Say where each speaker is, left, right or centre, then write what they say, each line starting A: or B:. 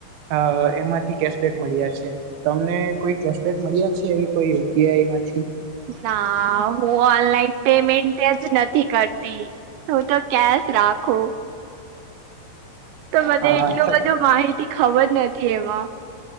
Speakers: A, on the right; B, on the right.
A: અ એમાંથી કેશબેક મળ્યા છે તમને કોઈ કેશબેક મળ્યા છે કોઈ યુપીઆઈમાંથી
B: ના ઓનલાઈન પેમેન્ટ જ નથી કરતી હું તો કેશ રાખો તો મને
A: હા
B: એટલું બધું માહિતી ખબર નથી એમાં